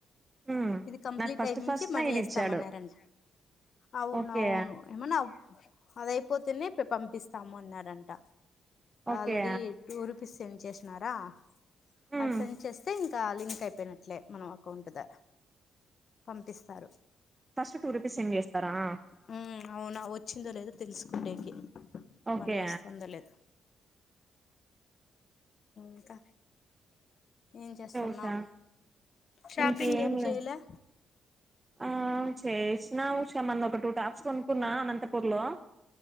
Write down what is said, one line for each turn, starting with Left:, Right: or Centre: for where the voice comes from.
Right: మ్మ్
Left: ఇది కంప్లీట్
Right: నాకు ఫస్ట్
Left: అయి నుంచి
Right: ఫస్ట్
Left: మనీ
Right: నే ఇది
Left: వేస్తామన్నంటడి
Right: ఇచ్చాడు
Left: అవును
Right: ఓకే
Left: అవును ఏమనా అదయిపోతేనే పంపిస్తాము అన్నారంట
Right: okay
Left: already two rupees send చేస్న్నారా
Right: మ్మ్
Left: ఆ సెండ్ చేస్తే ఇంకా లింక్ అయిపోయినట్లే మనం అకౌంట్ ద పంపిస్తారు
Right: ఫస్ట్ టూ రూపీస్ సెండ్ చేస్తారా ఆ
Left: హ్మ్ అవును వచ్చిందో లేదో తెలుస్కునేకి
Right: ఓకే
Left: మనీ వస్తుందో లేదు ఇంకా ఏం చేస్తున్నావు
Right: ఇంకే ఉషా
Left: షాపింగ్
Right: ఇంకేం
Left: ఏం చేయలే
Right: లే ఆ చేస్నామ్ మొన్న ఒక టూ టాస్క్ కుణ అనంతపూర్లో